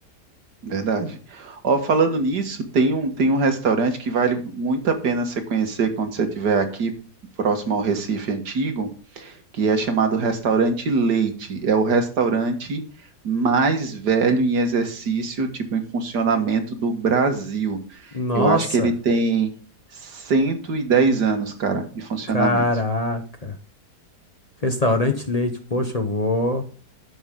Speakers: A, on the right; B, on the left.
A: Verdade. Ó, falando nisso, tem um, tem um restaurante que vale muito a pena você conhecer quando você estiver aqui, próximo ao Recife Antigo, que é chamado Restaurante Leite. É o restaurante mais velho em exercício, tipo, em funcionamento do Brasil.
B: Nossa,
A: Eu acho que ele tem 110 anos, cara, de funcionamento.
B: caraca. Restaurante Leite, poxa, eu vou,